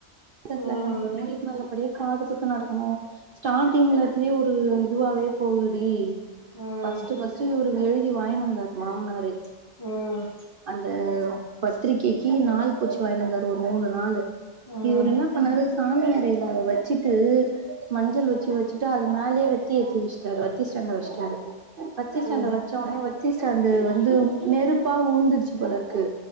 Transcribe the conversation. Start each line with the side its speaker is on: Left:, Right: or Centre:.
Right: எ பிள்ளைங்களுக்குல்லே
Left: ம்
Right: நல்ல அப்படியே காதுகுத்து நடக்கணு ஸ்டார்டிங்ல இருந்தே ஒரு இதுவாவே போகுதுடி
Left: ம்
Right: பஸ்ட்டு பஸ்ட்டு இவ்ரு எழுதி வாங்கினு வந்தாரு மாமனாரு
Left: ம்
Right: அந்த பத்திரிகைக்கி நாள் குறிச்சு வாய்ங்னு வந்தாரு ஒரு மூணு நாளு
Left: ம்
Right: இவரு என்ன பண்ணாறு சாமி அறையில அத வச்சுட்டு மஞ்சள் வச்சு வச்சிட்டு அது மேலே வெத்தி ஏத்தி வச்சு அவரு வத்திஷ்டான்ட வஷ்டாரு பத்தி ஸ்டாண்ட
Left: ம்
Right: வச்ச உனே வத்தி ஸ்டாண்டு வந்து நெருப்பா உழுந்துருச்சு போல இருக்கு